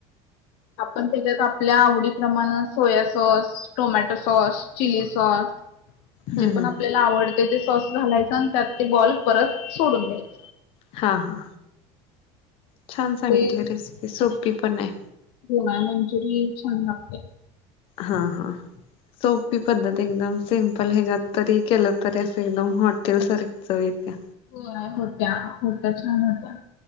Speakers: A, on the left; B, on the left.
A: आपण तेच्यात आपल्या, आवडीप्रमाण soya sauce tomato sauce. Chilli sauce
B: हम्म
A: जे पण
B: हम्म
A: आपल्याला आवडते ते सॉस घालायचं. आणि त्यात ते बॉल परत सोडून द्यायचं.
B: हा हा.. छान सांगितले
A: ते
B: रेसिपी सोपी पण आहे.
A: <unintelligible> मंचुरी छान लागत्या.
B: हा हा. सोपी पद्धत एकदम सिम्पल ह्याच्यात तरी केलं तरी असं एकदम हॉटेल सारखी चव येत्या.
A: होय होत्या. होत्या छान होत्या.